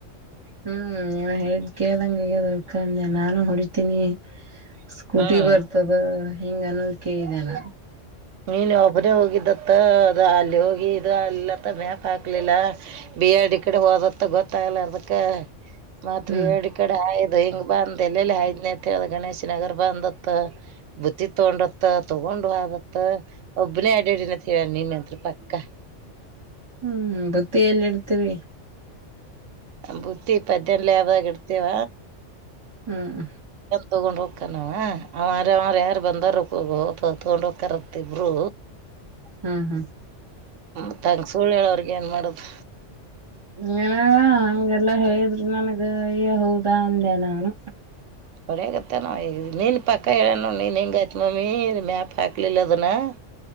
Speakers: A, on the right; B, on the right.
A: ಹ್ಮ್ ಇವಾ ಹೇಳಿದ್ ಕೇಳ್ದಂಗ ಆಗೇದ ಅದಕ್ಕೆ ಅಂದೆ ನಾನು ಹೊಡಿತೀನಿ ಸ್ಕೂಟಿ
B: ಹ್ಮ್
A: ಬರ್ತದ ಹಿಂಗ ಅನುದೈವಿಕೆ ಇದೆ ನ
B: ನಿನ್ ಒಬ್ಬನೇ ಹೋಗಿದ್ದತ್ತ ಅದು ಅಲ್ಲಿ ಹೋಗಿ ಇದು ಆಗಲ್ಲಿತ್ತ ಮ್ಯಾಪ್ ಹಾಕ್ಲಿಲ್ಲ ಬಿ ಎಲ್ ಡಿ ಕಡೆ ಹೋದತ್ತ ಗೊತ್ತಾಗಲೋರದಕ್ ಅದಕ್ಕ ಮತ್ತ್
A: ಹ್ಮ್
B: ಬಿ ಎಡಿ ಕಡೆ ಹಾಯದ ಹಿಂಗ ಬಂದ ಎಲ್ಲೆಲ್ಲಿ ಹಾಯದ್ನೇ ಅಂತ ಹೇಳಿದ ಗಣೇಶ ನಗರ್ ಬಂದತ್ ಬುತ್ತಿ ತಗೊಂಡತ್ತ ತಗೊಂಡ ತಕೊಂಡ್ ಹೊದತ್ ಒಬ್ಬನೇ ಅಡಾಡಿಯನ ಅಂತ ಹೇಳಾನ್ ನಿನ್ನೆ ಪಕ್ಕಾ
A: ಹ್ಮ್ ಬುತ್ತಿ ಎಲ್ಲಿ ಇಡ್ತರಿ
B: ಬತ್ತಿ ಪದ್ಯಾನ ಲ್ಯಾಬ್ ದಾಗ ಇಡ್ತೇವ
A: ಹ್ಮ್
B: ತೊಗೊಂಡ ಹೋಕ್ಕ್ರಾ ಅವಾ ಅವಾರ ಅವ ಯಾರ ಬಂದಾರ ಹ ತೊಗೊಂಡ್ ಹೋಗಕ್ಕಾರ ತ ಇಬ್ಬರು
A: ಹ್ಮ್ ಹ್ಮ್
B: ಮತ್ ಹಂಗ ಸುಳ್ ಹೇಳಾಅವ್ರಿಗೆ ಏನ್ ಮಾಡುದು
A: ನ ಹಗೆಲ್ಲಾ ಹೇಳಿದ್ರರು ನನಗ ಅಯ್ಯಾ ಹೌದಾ ಅಂದೆ ನಾನು
B: ಅವ ಹ್ಯಾಂಗ್ಗತ್ತ ನ ನೀನ್ ಪಕ್ಕಾ ಹೇಳನು ನೀನೆ ಹಿಂಗ ಆಯ್ತ್ ಮಮ್ಮಿ ಮ್ಯಾಪ್ ಹಾಕ್ಲಿಲ್ಲ ಅದನ ಹ್ಮ